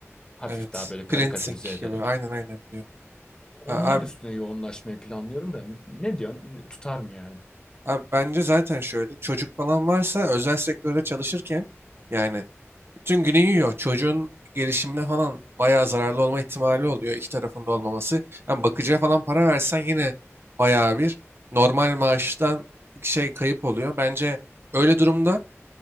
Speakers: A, on the left; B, on the right.
A: Hafif
B: Evet.
A: daha böyle karikatürize
B: Printing
A: ederek.
B: gibi. Aynen aynen biliyorum.
A: Onlar
B: A- Abi,
A: üstüne yoğunlaşmayı planlıyorum da ne diyorsun? Tutar mı yani?
B: abi bence zaten şöyle. Çocuk falan varsa özel sektörde çalışırken yani bütün günü yiyor. Çocuğun gelişimine falan bayağı zararlı olma ihtimali oluyor. iki tarafında olmaması. Yani bakıcıya falan para versen yine bayağı bir normal maaştan şey kayıp oluyor. Bence öyle durumda